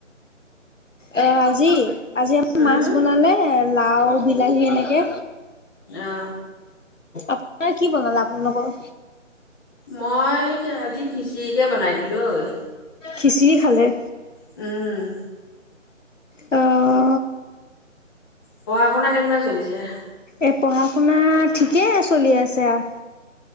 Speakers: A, on the left (about 70°); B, on the left (about 15°).
A: এ আজি, আজি আমাৰ
B: উম
A: মাছ বনালে, লাও বিলাহী এনেকে।
B: অ
A: আপোনাৰ কি বনালে, আপোনালোকৰ?
B: মই আজি খিচিৰিকে বনাই দিলোঁ ঐ।
A: খিচিৰি খালে?
B: উম।
A: অ'।
B: পঢ়া শুনা কেনেকুৱা চলিছে?
A: এ পঢ়া শুনা, ঠিকেই চলি আছে আও।